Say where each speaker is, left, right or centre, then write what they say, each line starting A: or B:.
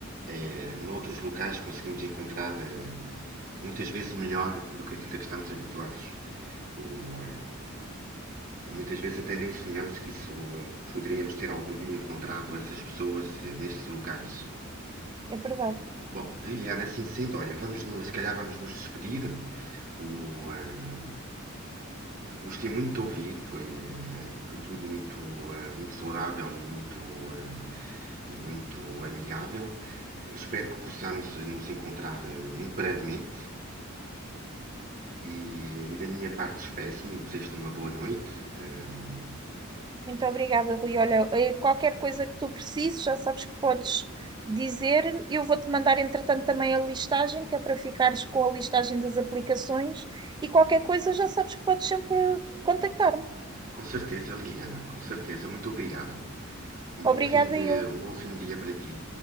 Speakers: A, on the right; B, on the right.
A: eh, noutros locais conseguimos encontrar eh, muitas vezes melhor do que aquilo a que estamos habituados. Ou, eh, muitas vezes até nem sonhamos que isso eh, que poderíamos ter algum dia encontrado essas pessoas eh, nesses locais.
B: É verdade.
A: Bom, Liliana, é assim sendo, olha, vamos no, se calhar vamos nos despedir. O, ah, gostei muito de ouvir, foi, ah, foi tudo muito, ah, muito saudável e muito, ah, e muito amigável. Espero que possamos nos encontrar ah, muito brevemente. E, e da minha parte despeço-me e desejo-te uma boa noite. Ah,
B: Muito obrigada, Rui. Olha, eh, qualquer coisa que tu precises, já sabes que podes dizer. Eu vou-te mandar, entretanto, também a listagem, que é para ficares com a listagem das aplicações. E qualquer coisa, já sabes que podes sempre contactar-me.
A: com certeza, Liliana, com certeza. Muito obrigado. Um
B: Obrigada,
A: bom fim de,
B: eu.
A: um bom fim de dia para ti.